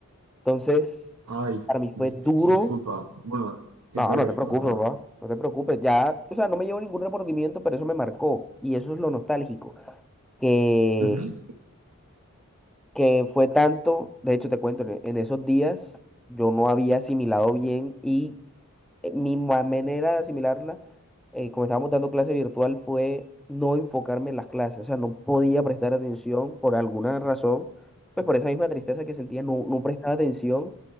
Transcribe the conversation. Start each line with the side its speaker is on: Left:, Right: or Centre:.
Centre: Entonces,
Right: Ay,
Centre: para mí fue duro.
Right: disculpa. Bueno, siento
Centre: No, no
Right: que
Centre: te
Right: es
Centre: preocupes,
Right: la verdad.
Centre: papá, no te preocupes. Ya, o sea, no me llevo ningún remordimiento, pero eso me marcó. Y eso es lo nostálgico, que,
Right: Ujú.
Centre: que fue tanto, de hecho te cuento, en en esos días yo no había asimilado bien y eh, mi ma- manera de asimilarla, eh, como estábamos dando clase virtual, fue no enfocarme en las clases, o sea, no podía prestar atención por alguna razón, pues por esa misma tristeza que sentía, no, no prestaba atención